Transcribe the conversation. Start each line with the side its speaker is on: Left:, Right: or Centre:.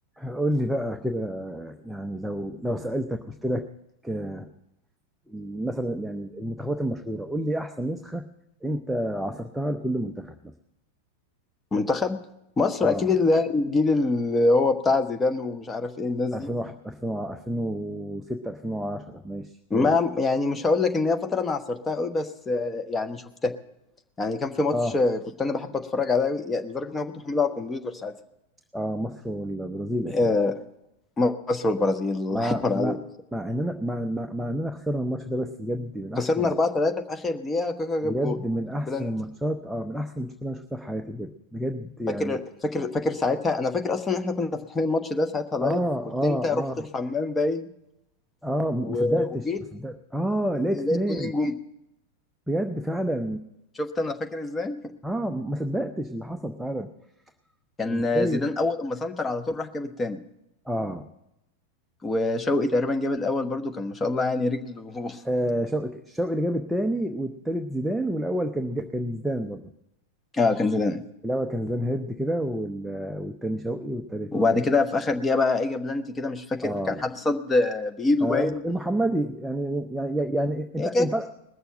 Centre: قول لي بقى كده يعني لو لو سألتك قلت لك آه، مثلا يعني المنتخبات المشهورة قول لي أحسن نسخة أنت عصرتها لكل منتخب مثلا
Left: منتخب مصر
Centre: اه
Left: اكيد اللي الجيل اللي هو بتاع زيدان ومش عارف ايه الناس
Centre: عصر
Left: دي
Centre: 2001 2000 2006 2010 ماشي
Left: ما
Centre: هو ده
Left: يعني مش هقول لك ان هي فتره انا عصرتها قوي بس آه، يعني شفتها يعني كان في ماتش
Centre: اه
Left: آه، كنت انا بحب اتفرج عليه قوي يعني لدرجه ان انا كنت محمله على الكمبيوتر ساعتها
Centre: اه مصر والبرازيل أكيد
Left: آه، مصر والبرازيل <laughs> الله
Centre: مع
Left: يكبر عليك
Centre: مع مع إننا مع مع, مع إننا خسرنا الماتش ده بس بجد من أحسن
Left: خسرنا 4 3 في اخر دقيقه كاكا جاب
Centre: بجد
Left: جون
Centre: من أحسن
Left: بلانتي
Centre: الماتشات اه من أحسن الماتشات اللي أنا شفتها في حياتي بجد بجد يعني
Left: فاكر فاكر فاكر ساعتها انا فاكر اصلا ان احنا كنا فاتحين الماتش ده ساعتها لايف
Centre: اه
Left: كنت
Centre: اه
Left: انت رحت
Centre: آه.
Left: الحمام باين
Centre: اه ما
Left: و-
Centre: صدقتش
Left: وجيت
Centre: ما صدقت اه لقيت
Left: لقيت
Centre: اتنين
Left: جونين جم
Centre: بجد فعلا
Left: شفت انا فاكر ازاي
Centre: اه ما صدقتش اللي حصل فعلا
Left: كان
Centre: ازاي
Left: زيدان اول لما سنتر على طول راح جاب التاني
Centre: اه,
Left: وشوقي تقريبا جاب الاول برضو كان ما شاء الله يعني رجله <laughs>
Centre: آه شوقي الشوقي اللي جاب التاني والتالت زيدان والاول كان جا- كان زيدان برضه
Left: اه كان زيدان
Centre: الاول كان زيدان هيد كده وال- والتاني شوقي والتالت
Left: وبعد كده في اخر دقيقه بقى اجى بلانتي كده مش فاكر
Centre: اه,
Left: كان حد صد آه، بايده
Centre: آه
Left: باين
Centre: المحمدي يعني يعني يعني يعني انت
Left: هي
Centre: انت
Left: كده